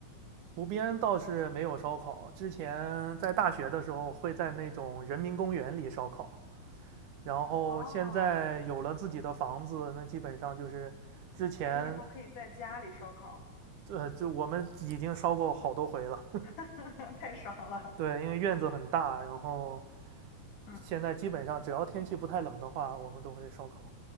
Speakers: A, on the right; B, on the left.
A: 湖边倒是没有烧烤，之前在大学的时候会在那种人民公园里烧烤，然后现在有了自己的房子，
B: 哦，
A: 那基本上就是之前
B: 哎，你以后可以在家里烧烤，
A: 呃，就我们已经烧过好多回了。
B: <laughs> 太爽了。
A: 对，因为院子很大，然后
B: 嗯
A: 现在基本上只要天气不太冷的话，我们都会烧烤。